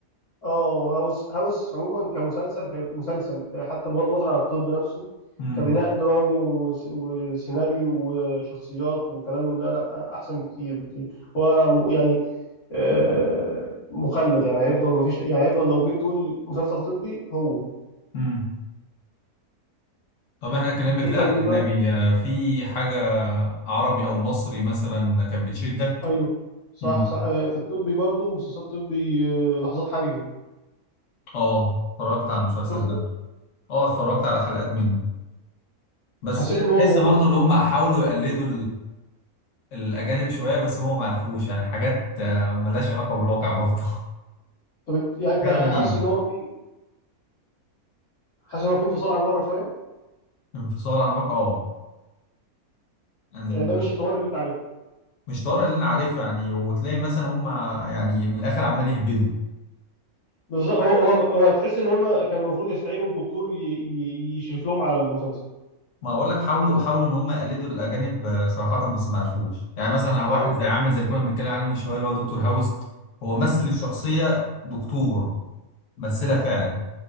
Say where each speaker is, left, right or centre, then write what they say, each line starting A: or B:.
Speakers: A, on the left (about 80°); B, on the left (about 60°).
A: اه هاوس هاوس عموما كمسلسل حلو مسلسل حتى بغض النظر عن الطب نفسه
B: امم
A: كبناء درامي وس- وسيناريو وشخصيات وكلام من ده لا احسن بكتير بكتير هو م- يعني آه، مخلد يعني هيفضل ما فيش يعني هيفضل لو جيت تقول مسلسل طبي هو
B: امم طب احنا اتكلمنا كده
A: انت بالنسبه
B: على الأجنبي
A: لك
B: آه، في حاجة عربي أو مصري مثلا كانت بتشدك؟
A: ايوه صح,
B: امم
A: صح آه، في الطبي برضو مسلسلات طبي آه، لحظات حرجه
B: اه اتفرجت على المسلسل
A: شفته
B: ده اه اتفرجت على حلقات منه بس
A: حسيت ان هو
B: تحس برضو
A: م...
B: اللي هم حاولوا يقلدوا الأجانب شوية بس هو معرفوش يعني حاجات آه، ملهاش علاقة بالواقع برضه
A: طب انت يعني انت
B: <laughs> حاجات غريبة
A: حاسس ان هو في حاسس ان هو في انفصال عن الواقع شويه
B: انفصال عن الواقع اه يعني
A: يعني
B: م-
A: ده مش الطوارئ اللي انت عارفه
B: مش طارق اللي أنا عارفها يعني وتلاقي مثلا هم يعني من الآخر عمال يهبدوا
A: بالظبط هو هو هو تحس ان هم كان المفروض يستعينوا بدكتور ي- ي- يشرف لهم على المسلسل
B: ما بقول لك حاولوا حاولوا إن هم يقلدوا الأجانب آه، صراحة بس ما عرفوش يعني مثلا واحد
A: لا هم
B: زي عامل زي اللي كنا بنتكلم عليه من شوية اللي هو دكتور هاوس هو مثل الشخصية دكتور مثلها فعلا